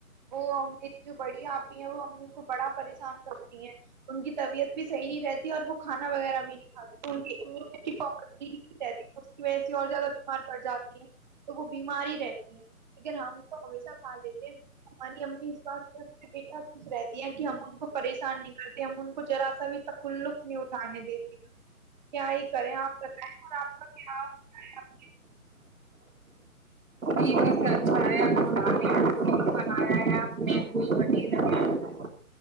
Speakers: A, on the right; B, on the right.
A: وہ میری جو بڑی آپی ہیں وہ امی کو بڑا پریشان کرتی ہیں ان کی طبیعت بھی صحی نہیں رہتی اور وہ کھانا وغیرہ بھی نہیں کاتی ان کی امیونٹی پاور لیک ہی رہتی ہے تو اس کی وجہ سے اور زیادہ بیمار پڑ جاتی ہیں تو وہ بیمار ہی رہتی ہیں لیکن ہم کو ہمیشہ کھا لیتے ہیں ہماری امی اس بات سے ہمیش خوش رہتی ہیں کہ ہم ان کو پریشان نہیں کرتے ہم ان کو جذرا سا بھی تکلف نہیں اٹھانے دیتی کیا ہی کریں آپ بتائیں اور آپ کا کیا ہوتا ہے <unintelligible>
B: جی بس اچھا ہے خدا نے آپ کو نہیں بنایا ہے آپ نے بنی رہے